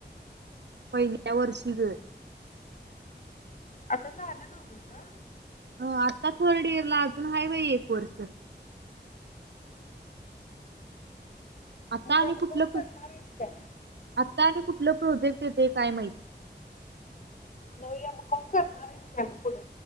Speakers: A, on the right (about 75°); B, on the left (about 45°).
A: पहिल्या वर्षी गं.
B: आता झालं नव्हं तुझं?
A: हं आता थर्ड इयरला अजून आहे बाई एक वर्ष. आता आणि
B: एम
A: कुठलं
B: कॉम करणार
A: <unintelligible>
B: आहेस काय
A: आता आणि कुठलं प्रोजेक्ट येतंय काय माहित?
B: नव्हं एम कॉम करणार आहेस काय आणि पुढं?